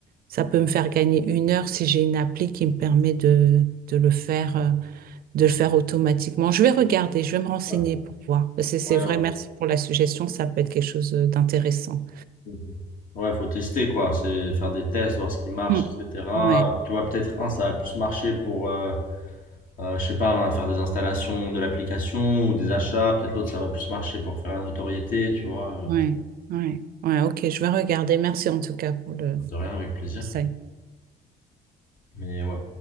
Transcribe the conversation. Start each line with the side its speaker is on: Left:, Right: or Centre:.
Right: ça peut me faire gagner une heure si j'ai une appli qui me permet de, de le faire. euh, de le faire automatiquement. Je vais regarder, je vais me renseigner
Left: Ouais,
Right: pour voir. C'est, c'est
Left: ouais.
Right: vrai,
Left: ouais.
Right: merci pour la suggestion, ça peut être quelque chose euh, d'intéressant.
Left: Mhm. Ouais, faut tester quoi, c'est faire des tests, voir ce qui marche,
Right: Hmm.
Left: etc.
Right: Ouais,
Left: Tu vois, peut-être un, ça va plus marcher pour, euh, euh, je sais pas, hein, faire des installations de l'application ou des achats. Peut-être l'autre, ça va plus marcher pour faire la notoriété, tu vois. euh,
Right: ouais, ouais, ouais, ok, je vais regarder. Merci en tout cas pour le
Left: De rien, avec plaisir.
Right: conseil.
Left: Mais ouais.